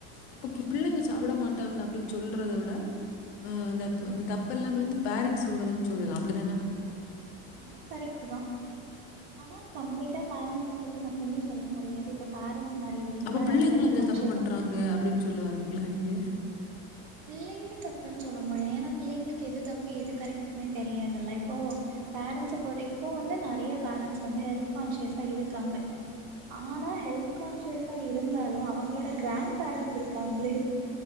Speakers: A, on the left (about 75°); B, on the right (about 70°).
A: அப்ப இப்படி எல்லா இவங்க சாப்பட மாட்டாங்க அப்டின்னு சொல்றத விட மே அந்த தப்பு எல்லாமே வந்து பேரண்ட்ஸ் ஓடதுன்னு சொல்லலா அப்படிதான
B: ஆ கரெக்ட் தா ஆனா கம்ப்ளீட்டா பேரண்ட்ஸோடது மட்டுமே சொல்ல முடியாது இப்ப பேரண்ட்ஸ் நெறைய வீட்ல
A: அப்ப பிள்ளைங்களு
B: ஹெல்த்
A: அதுல
B: கான்சியஸா
A: தப்பு பண்றாங்க அப்படின்னு சொல்ல வாரீங்களா நீங்க
B: பிள்ளைங்கள தப்புன்னு சொல்ல முடியா ஏன்னா பிள்ளைங்களுக்கு எது தப்பு எது கரெக்ட்ன்னே தெரியாதல்ல இப்போ பேரண்ட்ஸ் படிப்பும் வந்து நறிய பேரண்ட்ஸ் வந்து ஹெல்த் கான்சியஸா இருக்காங்க ஆனா ஹெல்த் கான்சியஸா இருந்தாலும் அவங்களோட கிராண்ட் பேரண்ட்ஸ் இருக்காங்களே